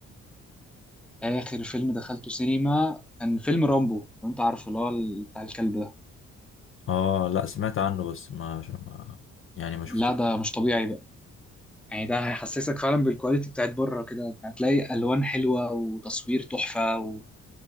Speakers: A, in the centre; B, on the left.
A: آخر فيلم دخلته سينما كان فيلم رامبو لو أنت عارفه اللي هو ال- بتاع الكلب ده
B: آه لأ سمعت عنه بس ما, ش... ما يعني ما شفته
A: لا ده مش طبيعي بقى يعني ده هيحسسك فعلا بالكواليتي بتاعت بره كده هتلاقي ألوان حلوة وتصوير تحفة و...